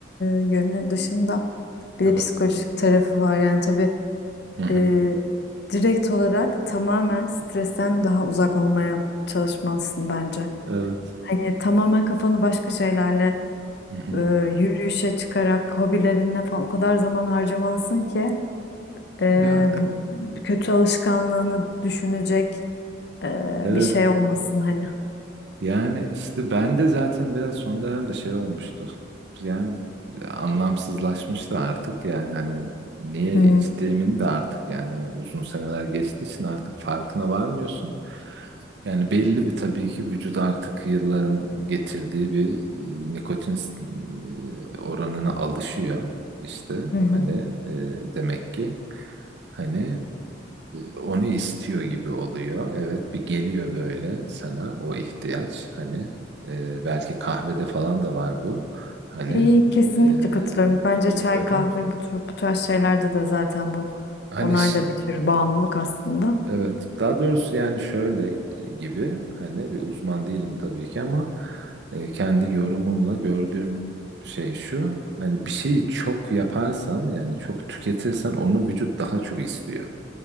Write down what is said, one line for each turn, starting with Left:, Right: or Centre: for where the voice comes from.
Left: e, yönü dışında bir de
Right: Evet.
Left: psikolojik tarafı var. Yani tabii
Right: Hı hı.
Left: e, direkt olarak tamamen stresten daha uzak olmaya çalışmalısın bence.
Right: Evet.
Left: Hani tamamen kafanı başka şeylerle
Right: Hı hı.
Left: e, yürüyüşe çıkarak hobilerine falan o kadar zaman harcamalısın ki e,
Right: Ya
Left: bu kötü alışkanlığını düşünecek e,
Right: evet
Left: bir şey olmasın hani.
Right: Yani işte ben de zaten biraz son dönemde şey olmuştu. Yani anlamsızlaşmıştı artık yani hani niye
Left: Hı
Right: içtiğimin de artık yani uzun seneler geçtiği için artık farkına varmıyorsun. Yani belli bir tabii ki vücut artık yılların getirdiği bir e, nikotin e, oranına alışıyor. İşte
Left: hı. hı.
Right: hani e, demek ki. Hani e, onu istiyor gibi oluyor. Evet bir geliyor böyle sana o ihtiyaç. Hani e, belki kahvede falan da var bu. Hani
Left: İyi kesinlikle
Right: e,
Left: katılıyorum. Bence
Right: bilmiyorum.
Left: çay, kahve bu tür bu tarz şeylerde de zaten bu
Right: Hani
Left: onlar da bir tür bağımlılık aslında.
Right: Evet, daha doğrusu yani şöyle e, gibi hani bir uzman değilim tabii ki ama e, kendi yorumumla gördüğüm şey şu hani bir şeyi çok yaparsan yani çok tüketirsen onu vücut daha çok istiyor.